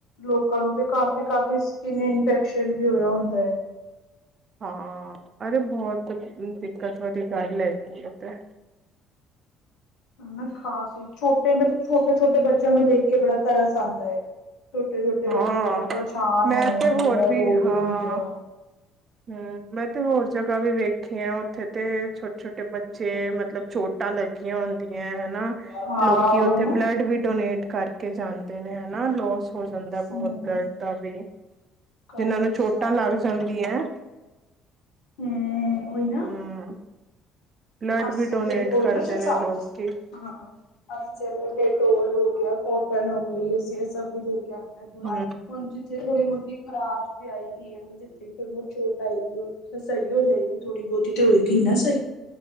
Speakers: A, on the left; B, on the right.
A: ਲੋਕਾਂ ਨੂੰ ਤੇ ਕਾਫ਼ੀ-ਕਾਫ਼ੀ ਸਕਿਨ ਇਨਫੈਕਸ਼ਨ ਵੀ ਹੋਇਆ ਹੁੰਦਾ ਹੈ।
B: ਹਾਂ ਅਰੇ ਬਹੁਤ ਦਿੱਕਤ ਵਾਲੀ ਗੱਲ ਹੈਗੀ ਏ ਤੇ।
A: ਹਨਾ ਖਾਸ ਹੀ ਛੋਟੇ ਮਤਲਬ ਛੋਟੇ-ਛੋਟੇ ਬੱਚਿਆਂ ਨੂੰ ਦੇਖ ਕੇ ਬੜਾ ਤਰਸ ਆਂਦਾ ਏ। ਛੋਟੇ-ਛੋਟੇ ਬੱਚੇ
B: ਹਾਂ
A: ਮਤਲਬ ਪਰੇਸ਼ਾਨ
B: ਮੈਂ
A: ਹੋਏ
B: ਤੇ
A: ਹੁੰਦੇ
B: ਹੋਰ
A: ਆ
B: ਵੀ
A: ਰੋ ਰਹੇ
B: ਹਾਂ
A: ਹੁੰਦੇ ਆ।
B: ਹਮ ਮੈਂ ਤੇ ਹੋਰ ਜਗ੍ਹਾ ਵੀ ਵੇਖੀਆ ਉੱਥੇ ਤੇ ਛੋਟੇ-ਛੋਟੇ ਬੱਚੇ ਮਤਲਬ ਚੋਟਾਂ ਲੱਗੀਆਂ ਹੁੰਦੀਆਂ ਹਨਾ।
A: ਹਾਂ
B: ਲੋਕੀ ਉੱਥੇ
A: ਉਹੀ ਨਾ
B: ਬਲੱਡ ਵੀ ਡੋਨੇਟ ਕਰ ਕੇ ਜਾਂਦੇ ਨੇ ਹਨਾ ਲੋਸ ਹੋ ਜਾਂਦਾ ਬਹੁਤ
A: ਹਮ
B: ਬਲੱਡ ਦਾ ਵੀ। ਜਿਹਨਾਂ
A: ਕਾਫੀ
B: ਨੂੰ
A: ਨੁਕਸਾਨ
B: ਚੋਟਾਂ ਲੱਗ ਜਾਂਦੀਆਂ।
A: ਹੂੰ ਉਹੀ ਨਾ।
B: ਹਮ ਬਲੱਡ
A: ਅਸੀਂ
B: ਵੀ ਡੋਨੇਟ
A: ਤੇੇ ਉਹੀ
B: ਕਰਦੇ
A: ਨਾ ਸ
B: ਨੇ
A: ਸਾ
B: ਲੋਕ ਕਿ
A: ਹਾਂ। ਅਸੀਂ ਜਿਵੇਂ ਡਟੋਲ ਹੋ ਗਿਆ ਕੋਟਨ ਹੋ ਗਈ ਅਸੀ ਦੇ ਕੇ ਆਨੇ ਆ ਥੋੜਾ
B: ਹੂੰ,
A: ਹੁਣ ਜਿੱਥੇ ਥੋੜੀ ਮੋਤੀ ਖਰਾਸ਼ ਵੀ ਆਈ ਦੀ ਏ ਜਿੱਥੇ ਫਿਰਮ ਚੋਟ ਆਏਗੀ ਉਥੇ ਸਹੀ ਹੋ ਜਾਏਗੀ ਥੋੜੀ ਬਹੁਤੀ ਤੇ ਹੋਏਗੀ ਨਾ ਸਹੀ।